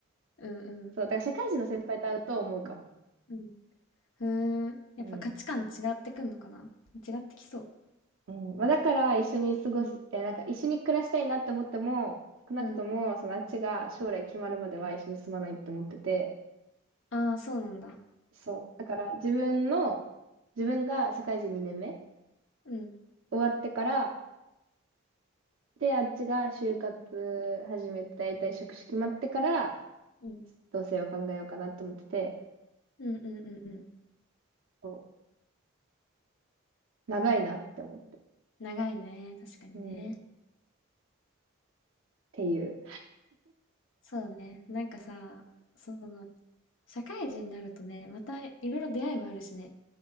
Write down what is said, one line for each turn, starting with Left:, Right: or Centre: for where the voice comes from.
Left: うんうん。
Right: そう。だから社会人の先輩と会うと思うかも。
Left: うん。ふーん。やっぱ価値観違ってくんのかな違ってきそう。
Right: うん。うん。まあ、だから一緒に過ごす、
Left: うん。
Right: え、なんか一緒に暮らしたいなって思っても、少なくとも、
Left: うん。
Right: そのあっちが将来決まるまでは一緒に住まないって思ってて、
Left: ああ、そうなんだ。
Right: そう。だから自分の、自分が社会人2年目
Left: うん。
Right: 終わってから、で、あっちが就活始めて、だいたい職種決まってから、
Left: うん。
Right: 同棲を考えようかなと思ってて、
Left: うんうんうんうん。
Right: そう長いなって思って、
Left: 長いね。確かにね。
Right: うん、っていう。
Left: そうね。なんかさ、その、社会人になるとね、またいろいろ出会いもあるしね。